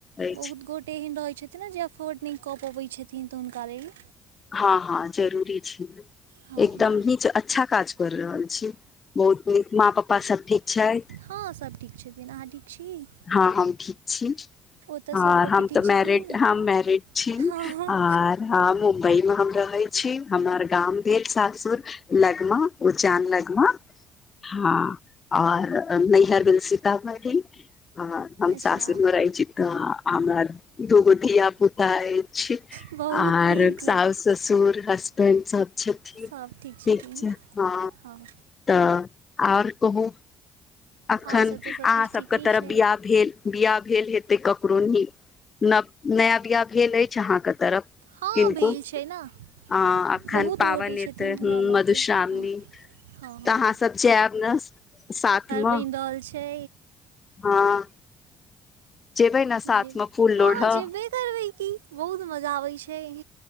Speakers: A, on the left (about 35°); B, on the right (about 80°).
A: अछि
B: बहुत गोटे एहन रहै छथिन ने जे अफोर्ड नै कऽ पबै छथिन तऽ हुनका लेल
A: हँ हँ जरूरी छै
B: हँ
A: एकदम
B: हँ
A: नीच‌ अच्छा काज कर रहल छी बहुत नीक माँ पप्पा सब ठीक छैथ
B: हँ सभ ठीक छथिन अहाँ ठीक छी
A: हँ हम ठीक छी
B: ओतय
A: आ
B: सभगोटे
A: हम
B: ठीक
A: तऽ
B: छथिन
A: मैरिड हम मैरिड छी
B: हँ
A: आर ह मुम्बई मे हम रहै छी हमर गाम भेल सासुर लगमा उजान लगमा हँ। आर नैहर भेल सितामढ़ी आर हम
B: अच्छा
A: सासुर मे रहै छी तऽ हमरा दुगो धियापुता अछि
B: बहुत
A: आर
B: नीक
A: साउस ससुर हसबैंड सब छथिन।
B: सभ छथिन
A: ठीक छै। हॅं
B: हँ
A: तऽ आओर कहू अखन
B: आओर सभ तऽ सभकिछु
A: अहाँ सबके
B: ठीके
A: तरफ
B: छै
A: बिआह भेल बिआाह भेल हेतै ककरो नी न नया बिआाह भेल अछि। अहाँके तरफ
B: हँ
A: किनको
B: भेल छै ने
A: अ अखन
B: बहुत
A: पावैन
B: गोटे छथिन
A: एतै ह
B: गामके
A: मधुश्रावणी।
B: हँ हँ हँ
A: तऽ अहाँ सब जायब ने साथमे
B: बैन रहल छै।
A: हँ। जेबै ने साथमे
B: जेब
A: फूल
B: हँ
A: लोढ़ऽ
B: जेबे करबै कि बहुत मजा आबै छै।